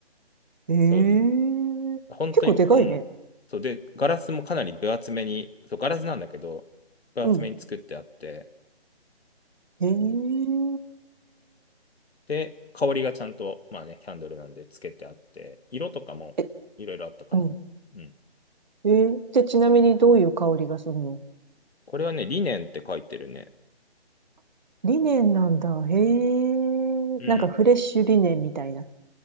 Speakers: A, on the right; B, on the left.
A: ええ結構でかいね。
B: そう。本当に重い。そう。で、ガラスもかなり分厚めに、そう、ガラスなんだけど、分厚めに作ってあって、
A: うん。ええ
B: で、香りがちゃんと、まあね、キャンドルなんでつけてあって、色とかもいろいろあったかな。
A: え、うん。
B: うん。
A: ええで、ちなみにどういう香りがするの
B: これはね、リネンって書いてるね。
A: リネンなんだ。へえ。
B: うん。
A: なんかフレッシュリネンみたいな。